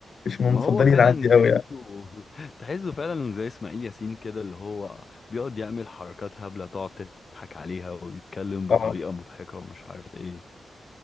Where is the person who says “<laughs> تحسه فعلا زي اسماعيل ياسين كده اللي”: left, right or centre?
Left